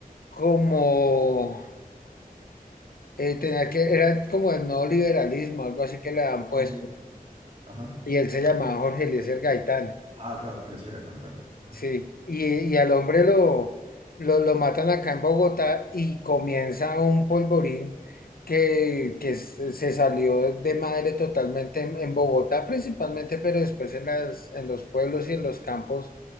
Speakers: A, on the left; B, on the right.
A: como, eh, tenía que, era como el neoliberalismo, algo así que le han puesto.
B: Ok. Ajá.
A: Y él se llamaba Jorge Eliezer Gaitán,
B: Ah, claro, el Estrella Gaitán, claro. Ajá.
A: sí. Y, y al hombre lo, lo, lo matan acá en Bogotá y comienza un polvorín que, que se se salió de madre totalmente en, en Bogotá principalmente, pero después en las, en los pueblos y en los campos